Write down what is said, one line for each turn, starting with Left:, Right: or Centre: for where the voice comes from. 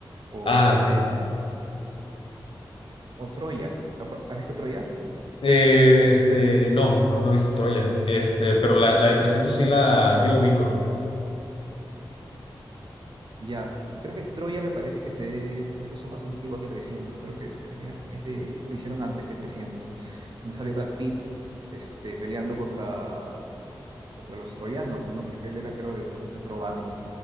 Right: o,
Left: Ah, sí.
Right: o Troya. ¿Te acuer- ¿Has visto Troya?
Left: Eh, este, no, no, no he visto Troya, este, pero la, la de 300 sí la, sí lo ubico.
Right: Ya, creo que Troya me parece que se ve incluso más antigua que 300, creo que es, es de, es de- le hicieron antes que 300, donde sale Brad Pitt este, peleando contra, contra los troyanos, ¿no? Porque él era creo de otro, de otro bando,